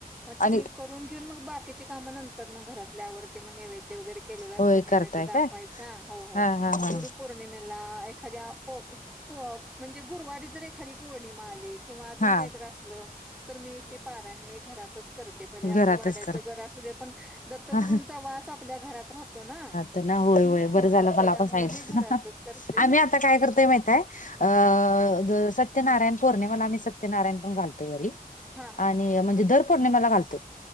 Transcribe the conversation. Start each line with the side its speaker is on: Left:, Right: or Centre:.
Centre: मग ते
Left: आणि
Centre: मी करून घेऊन मग बाकीचे काम नंतर मं घरात. तिला आवडते म्हणे नैवेद्य वगैरे केलेलं असं
Left: होय
Centre: नैवेद्य
Left: करताय
Centre: दाखवायचा
Left: काय
Centre: हो- हो.
Left: हा हा हा
Centre: गुरु पौ र्णिमेला एखाद्या पं- पं म्हणजे गुरुवारी जर एखादी पौर्णिमा आली किंवा अजून
Left: हा
Centre: काहीतरी असलं तर मी तेे पारायन मी घरातच कर ते भले आपलं
Left: घरातच
Centre: भाड्याचं
Left: कर
Centre: घर असू दे, पण दत्तगुरूंचा
Left: हा
Centre: वास आपल्या घरात राहतो ना.
Left: त ना होय-
Centre: हम्म
Left: होय बरं झालं,
Centre: त्याच्यामुळे
Left: मला पण सांगितल.
Centre: मी घरातच करते हम्म
Left: आम्ही आता काय करतोय माहितय अं <unintelligible> सत्यनारायण पौर्णिमाला आम्ही सत्यनारायण पण घालतोय घरी
Centre: हा हा
Left: आणि
Centre: हा
Left: म्हणजे दर पौर्णिमाला घालतोय.